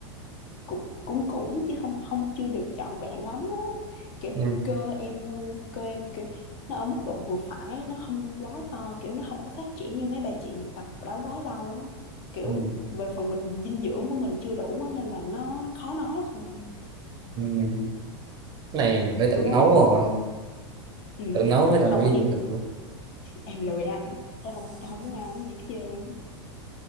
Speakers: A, on the left; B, on the right.
A: cũng cũng cũng chứ không không chưa được trọn vẹn lắm á. kiểu
B: ừ.
A: cơ em ờ, cơ em kiểu nó ở mức độ vừa phải nó không quá to kiểu nó không có phát triển như mấy bà chị mà tập đó quá lâu á kiểu
B: Ừ.
A: về phần mình dinh dưỡng của mình chưa đủ á, nên là nó khó nói thôi
B: Ừ. Cái này mình phải
A: nói
B: tự nấu rồi
A: ừ
B: tự nấu
A: thì nói
B: mới đảm
A: không
B: bảo dinh
A: mà em
B: dưỡng được <laughs>
A: em lười ăn em không em không muốn ăn cái gì hết trơn